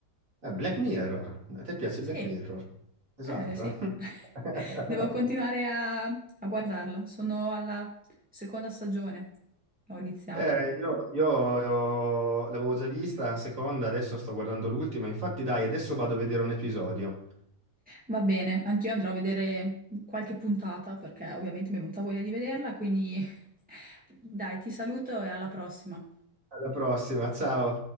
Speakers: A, on the right; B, in the centre.
A: Eh, Black Mirror, a te piace
B: Sì,
A: Black Mirror? Esatto.
B: eh sì. <laughs>
A: <laughs>
B: Devo continuare a, a guardarla, sono alla seconda stagione, ho iniziato.
A: Eh, io io- io l'avevo già vista la seconda, adesso sto guardando l'ultima, infatti dai, adesso vado a vedere un episodio.
B: Va bene, anch'io andrò a vedere qualche puntata perché ovviamente mi è venuta voglia di vederla, quindi <laughs> dai, ti saluto e alla prossima.
A: Alla prossima, ciao.